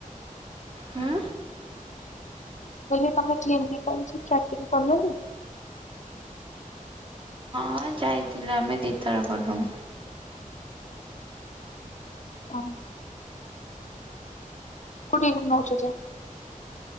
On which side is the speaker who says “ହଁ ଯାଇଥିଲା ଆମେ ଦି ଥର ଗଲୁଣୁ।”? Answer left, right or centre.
Right